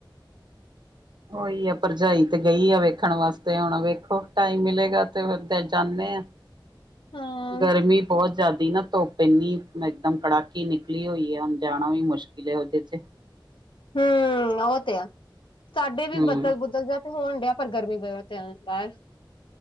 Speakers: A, on the right (about 60°); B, on the left (about 80°).
A: ਉਹੀ ਆ ਭਰਜਾਈ ਤੇ ਗਈ ਆ ਵੇਖਣ ਵਾਸਤੇ ਹੁਣ ਵੇਖੋ ਟਾਈਮ ਮਿਲੇਗਾ ਤੇ ਫਿਰ ਜਾਂਨੇ ਆ।
B: ਹਾਂ
A: ਗਰਮੀ ਬਹੁਤ ਜ਼ਿਆਦਾ ਨਾ ਧੁੱਪ ਪੈਂਦੀ ਇੰਨੀ ਇਕਦਮ ਕੜਾਕੀ ਨਿਕਲੀ ਹੋਈ ਆ ਜਾਣਾ ਵੀ ਮੁਸ਼ਕਿਲ ਏ ਉਹਦੇ ਚ।
B: ਹੂੰ ਉਹ ਤੇ ਆ ਸਾਡੇ ਵੀ
A: ਹੂੰ
B: ਬੱਦਲ-ਬੁੱਦਲ ਜਾ ਹੋਣ ਡਿਆ ਪਰ ਗਰਮੀ ਬ ਤੇ ਆਦਾ ਹੈ,